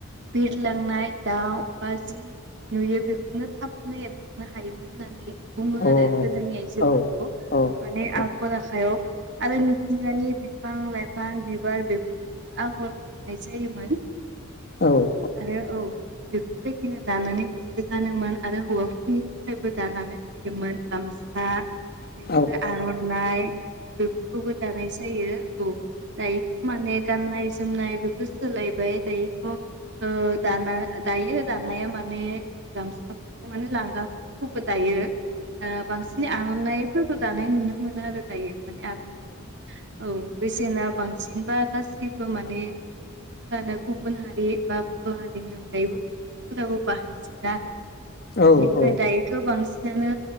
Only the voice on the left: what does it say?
अ औ
औ औ
औ
औ औ
औ
औ औ